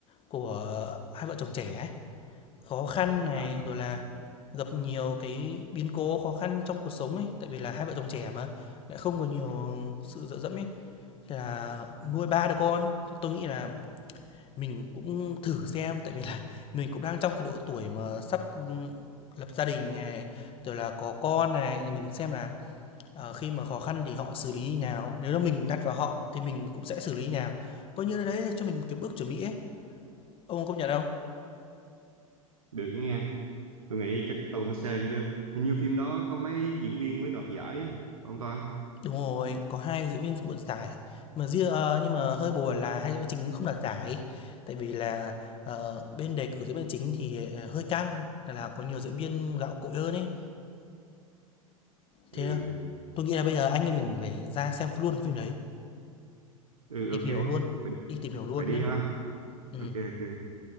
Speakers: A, on the left (about 30°); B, on the right (about 75°).
A: của hai vợ chồng trẻ ấy Khó khăn này,
B: à
A: rồi là gặp nhiều cái biến cố khó khăn trong cuộc sống ấy, tại vì là hai vợ chồng trẻ mà, lại không có nhiều sự dựa dẫm ấy, thế là nuôi 3 đứa con. Thì tôi nghĩ là mình cũng thử xem, tại vì là <laughs> mình cũng đang trong cái độ tuổi mà sắp, ừm, lập gia đình này, rồi là có con này, thì mình xem là, ờ, khi mà khó khăn thì họ xử lý như nào, nếu là mình đặt vào họ thì mình cũng sẽ xử lý như nào. Coi như là đấy cho mình cái bước chuẩn bị ấy, ông công nhận không?
B: được nghe tôi nghĩ chắc tôi cũng xem chứ hình như phim đó có mấy diễn viên mới đoạt giải không ta
A: Đúng rồi, có 2 diễn viên phụ đoạt giải. Mà riêng ờ, nhưng mà hơi buồn là hai diễn viên chính không đoạt giải. Tại vì là ờ, bên đề cử diễn viên chính thì ờ, hơi căng, là, là có nhiều diễn viên gạo cội hơn ấy. Thế
B: ừ
A: tôi nghĩ là bây giờ anh em mình phải ra xem luôn cái phim đấy,
B: ừ
A: tìm
B: ok
A: hiểu luôn,
B: vậy,
A: đi tìm hiểu luôn
B: vậy đi
A: nhá.
B: ha
A: Ừ.
B: ok ok